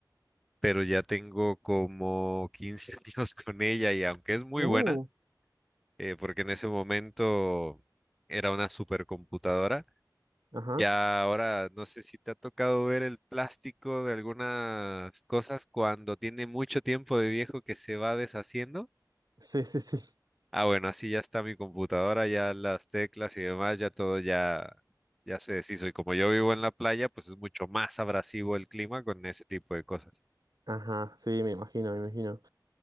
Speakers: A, in the centre; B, on the right.
A: pero ya tengo como 15 <laughs> años con ella y aunque es muy
B: Uh,
A: buena, eh, porque en ese momento era una supercomputadora,
B: ajá.
A: ya ahora no sé si te ha tocado ver el plástico de algunas cosas cuando tiene mucho tiempo de viejo que se va deshaciendo.
B: Sí, sí, sí.
A: Ah, bueno, así ya está mi computadora, ya las teclas y demás, ya todo ya, ya se deshizo. Y como yo vivo en la playa, pues es mucho más abrasivo el clima con ese tipo de cosas.
B: Ajá, sí, me imagino, me imagino.